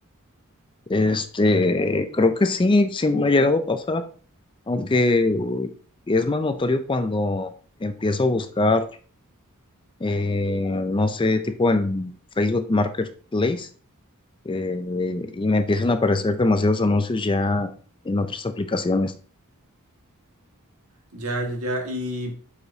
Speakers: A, on the left (about 20°); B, on the right (about 70°).
A: Este, creo que sí, sí me ha llegado a pasar, aunque es más notorio cuando empiezo a buscar, eh, no sé, tipo en Facebook Marketplace, eh, y me empiezan a aparecer demasiados anuncios ya en otras aplicaciones.
B: Ya, ya, ya. Y